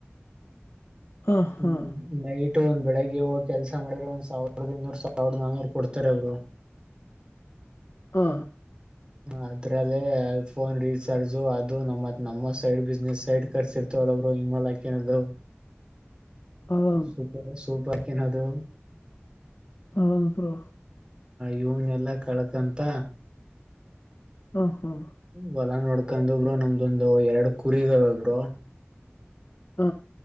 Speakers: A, on the left (about 80°); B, on the right (about 20°).
A: ಹಾ
B: ಹ್ಮ್
A: ಹಾ
B: ನೈಟ್ ಒಂದ್ ಬೆಳಿಗ್ಗೆ ಹೋಗಿ ಕೆಲ್ಸ ಮಾಡಿದ್ರೆ ಒಂದ್ ಸಾವಿರ ಸಾವಿರದ ಇನ್ನೂರು ಸಾವಿರ ನನ್ನೂರು ಕೊಡ್ತಾರೆ ಬ್ರೋ
A: ಹಾ
B: ಅದ್ರಲ್ಲೇ ಫೋನ್ ರೀಚಾರ್ಜು ಅದು ನಮ್ಮತ್ ನಮ್ಮ ಸೈಡ್ ಬಿಸ್ನೆಸ್ ಸೈಡ್ ಖರ್ಚು ಇರ್ತವಲ್ಲ ಬ್ರೋ <unintelligible>
A: ಹೌದ್-
B: ಸೂಪರ್ ಸೂಪರ್ ಕೆನ್ನದು
A: ಹೌದು ಬ್ರೋ
B: ಇವನ್ ಎಲ್ಲ ಕಳ್ಕಂತ
A: ಹಾ ಹಾ
B: ಹೊಲ ನೋಡ್ ಕೊಂಡು ಬ್ರೋ ನಮ್ದೊಂದು ಎರಡು ಕುರಿ ಇದಾವೇ ಬ್ರೋ
A: ಹ